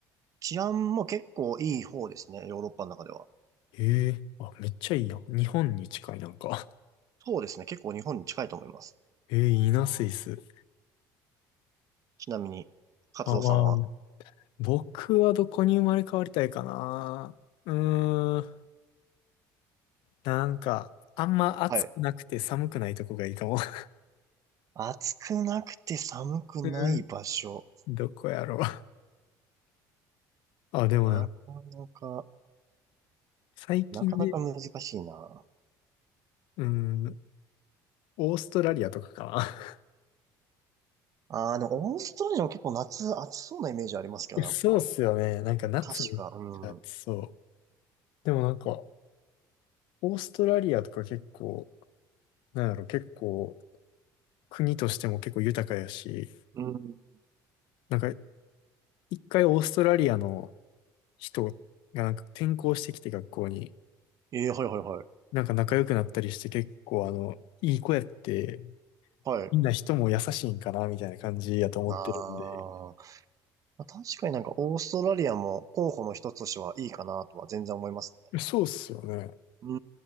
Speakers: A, on the right; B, on the left.
A: 治安も結構いい方ですね、ヨーロッパの中では。
B: ええーあ、めっちゃいいやん。日本に近いなんか。<laughs>
A: そうですね、結構日本に近いと思います。
B: ええーいいな、スイス。
A: ちなみに、カツオさんは。
B: あ、まあ、僕はどこに生まれ変わりたいかな。うーん、なんか、あんま暑くなくて寒くないとこがいいかも。
A: はい。
B: <laughs>
A: 暑くなくて寒くない場所。
B: うーん、どこやろう。あ、でもな、
A: なかなか、
B: 最近で、
A: なかなか難しいな。
B: うーん、オーストラリアとかかな。<laughs>
A: ああ、でもオーストラリアも結構夏暑そうなイメージありますけどねこう。
B: いやそうっすよね。なんか夏めっちゃ暑そう。
A: 確か、うん。
B: でもなんか、オーストラリアとか結構、なんやろ、結構、国としても結構豊かやし、
A: うん。
B: なんか、一回オーストラリアの人がなんか転校してきて学校に、
A: ええはいはいはい。
B: なんか仲良くなったりして結構あの、いい子やって、
A: はい。
B: みんな人も優しいんかな、みたいな感じやと思ってるんで。
A: あー
B: い
A: まあ、確かになんかオーストラリアも候補の一つとしてはいいかなとは全然思いますね。
B: やそうっすよね。
A: う